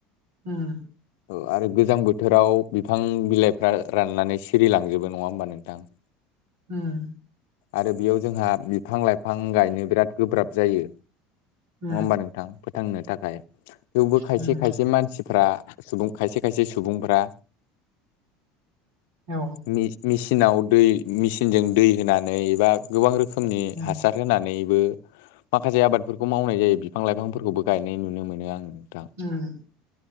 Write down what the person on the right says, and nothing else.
उम ।
उम ।
उम
उम
औ
उम
उम ।